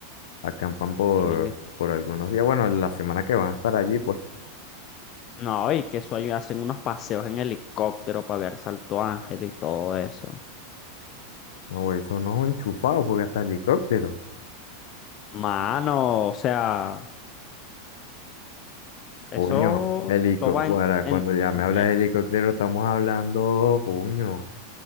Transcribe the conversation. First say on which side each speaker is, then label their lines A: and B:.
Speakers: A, on the left; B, on the left.
A: Acampan por,
B: Sí.
A: por algunos días. Bueno, la semana que van a estar allí, pues.
B: No, y que eso ahí hacen unos paseos en helicóptero para ver el Salto Ángel y todo eso.
A: No, güey, son unos enchufados porque hasta helicópteros.
B: Mano, o sea,
A: Coño,
B: eso,
A: helicóptero,
B: eso va en, en-
A: cuando ya me
B: en-
A: hablas
B: eh,
A: de helicóptero, estamos hablando, coño,